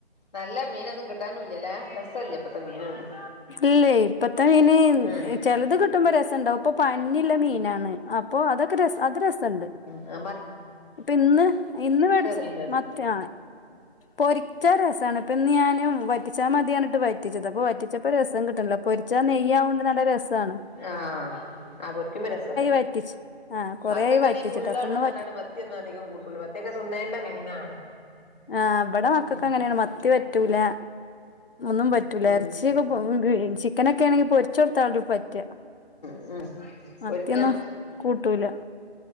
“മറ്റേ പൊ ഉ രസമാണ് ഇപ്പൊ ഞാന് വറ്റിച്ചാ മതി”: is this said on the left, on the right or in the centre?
Left